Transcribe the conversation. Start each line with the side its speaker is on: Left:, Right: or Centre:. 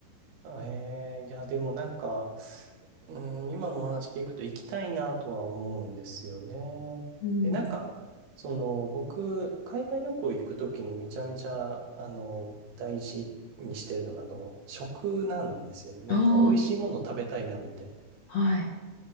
Right: ええいや、でもなんか、うん、今のお話聞くと行きたいなとは思うんですよね。
Left: うん。
Right: で、なんか、その、僕、海外旅行行くときにめちゃめちゃ、あの、大事にしてるのが、あの、食なんですよね。なんか、
Left: あ
Right: 美味しいもの食べたいな、みたいな。
Left: あ、はい。